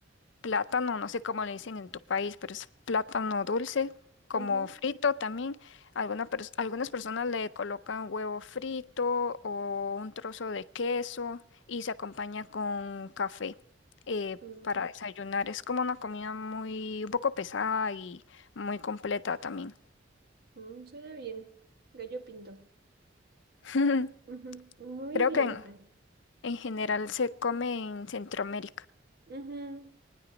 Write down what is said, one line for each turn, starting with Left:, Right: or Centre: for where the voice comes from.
Left: plátano, no sé cómo le dicen en tu país, pero es plátano dulce, como
Right: ujú.
Left: frito también. Alguna pers- algunas personas le colocan huevo frito o un trozo de queso y se acompaña con café eh,
Right: Mm,
Left: para desayunar. Es como una comida muy, un poco pesada y muy completa también.
Right: mm, suena bien. Gallo pinto.
Left: <laughs>
Right: Ujú, Muy
Left: Creo
Right: bien,
Left: que en,
Right: Fanny.
Left: en general se come en Centroamérica.
Right: Ujú,